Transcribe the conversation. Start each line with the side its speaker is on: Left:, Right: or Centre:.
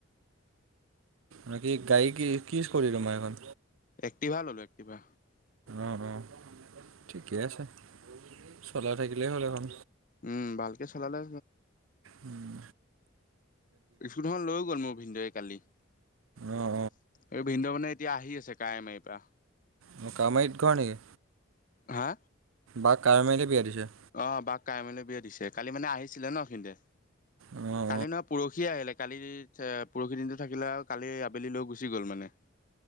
Right: বাকি গাড়ী কি কি কৰি তোমাৰ এইখন?
Left: এক্টিভা ল'লো এক্টিভা।
Right: অ অ ঠিকে আছে, চলাই থাকিলেই হ'ল এখন।
Left: উম ভালকে চলালে
Right: উম।
Left: স্কুটিখন লৈ গ'ল মোৰ ভিনদৱে কালি।
Right: অঁ
Left: এই ভিন্দ মানে এতিয়া আহি আছে কাৰেমাৰী পৰা।
Right: মই কামএইত ঘৰ নেকি?
Left: হা?
Right: বাক কাৱৈমাৰীতে বিয়া দিছে।
Left: অ বাক কাৱৈমাৰীলৈ বিয়া দিছে কালি মানে আহিছিলে ন ভিনদৱে।
Right: অঁ অঁ
Left: কালি নহয় পৰহি আহিলে কালি পৰহি দিনটো থাকিলে আৰু কালি আবেলি লৈ গুচি গ'ল মানে।